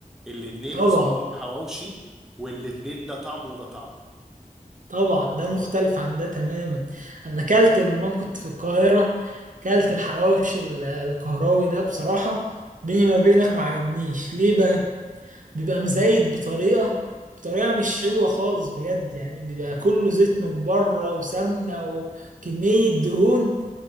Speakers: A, in the centre; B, on the right (about 65°).
A: الاتنين
B: طبعا
A: اسمهم حواوشي والاتنين ده طعم وده طعم
B: طبعا ده مختلف عن ده تماما انا اكلت لما كنت في القاهره اكلت الحواوشي ال- القهراوي ده بصراحه بيني ما بينك ما عجبنيش ليه بقى بيبقى مزيت بطريقه بطريقه مش حلوه خالص بجد يعني بيبقى كله زيت من بره وسمنه وكميه دهون